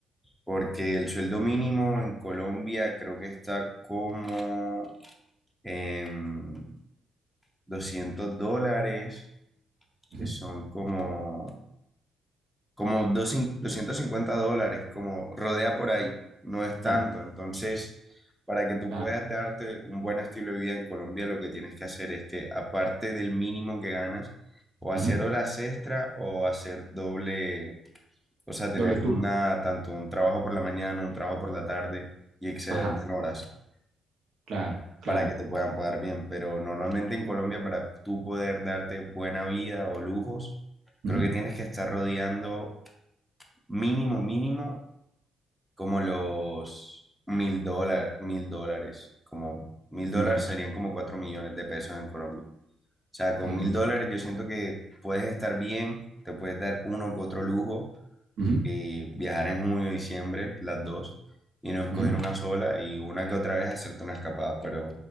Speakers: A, in the centre; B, on the right.
A: porque el sueldo mínimo en Colombia creo que está como en 200 dólares,
B: uh
A: que
B: -huh.
A: son como, como dos 250 dólares, como rodea por ahí, no es tanto.
B: claro,
A: Entonces, para que tú
B: claro.
A: puedas darte un buen estilo de vida en Colombia, lo que tienes que hacer es que, aparte del mínimo que ganas, o hacer
B: Uh -huh.
A: horas extra o hacer doble O sea, tener
B: Doble turno.
A: una, tanto un trabajo por la mañana, un trabajo por la tarde y excederte
B: Ajá,
A: en horas
B: claro, claro.
A: para que te puedan pagar bien. Pero normalmente en Colombia, para tú poder darte buena vida o lujos, creo
B: Uh-huh.
A: que tienes que estar rodeando mínimo, mínimo, como los mil dólares, mil dólares, como mil dólares
B: Doble.
A: serían como cuatro millones de pesos en Colombia. O sea, con
B: Okay.
A: mil dólares yo siento
B: Ajá.
A: que puedes estar bien, te puedes dar uno que otro lujo
B: Uh-huh.
A: eh, viajar en junio, diciembre, las dos, y no escoger
B: Uh-huh.
A: una sola y una que otra vez hacerte una escapada, pero